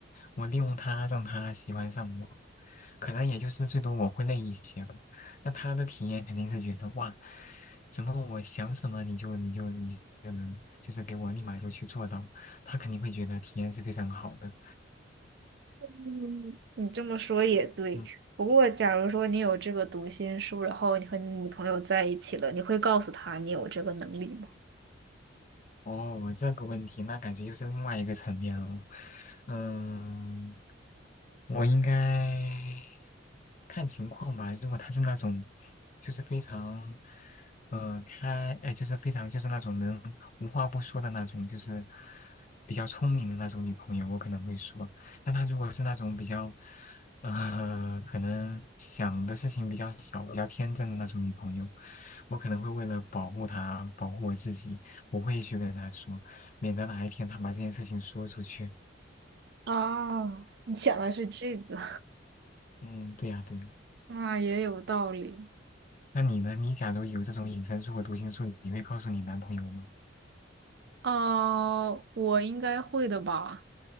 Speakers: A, on the left; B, on the right.
A: 我利用它让他喜欢上我，可能也就是最多我会累一些吧。但他的体验肯定是觉得哇，怎么我想什么你就你就你就能就是给我立马就去做到，他肯定会觉得体验是非常好的。
B: 嗯，你这么说也对。
A: 嗯，
B: 不过，假如说你有这个读心术，然后你和你女朋友在一起了，你会告诉她你有这个能力吗？
A: 哦，这个问题那感觉又是另外一个层面了。嗯。我应该看情况吧。如果她是那种，就是非常，呃，开，哎，就是非常就是那种能无话不说的那种，就是比较聪明的那种女朋友，我可能会说。但她如果是那种比较，呃，可能想的事情比较少、比较天真的那种女朋友，我可能会为了保护她、保护我自己，不会去跟她说，免得哪一天她把这件事情说出去。
B: 啊，你想的是这个，
A: 嗯，对呀，对呀。
B: <laughs> 那也有道理。
A: 那你呢？你假如有这种隐身术和读心术，你会告诉你男朋友吗？
B: 哦，我应该会的吧。